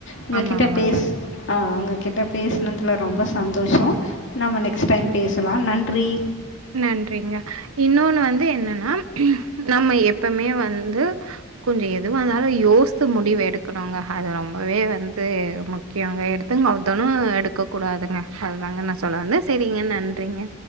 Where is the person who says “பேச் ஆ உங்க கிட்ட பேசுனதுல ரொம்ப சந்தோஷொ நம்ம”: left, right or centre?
Left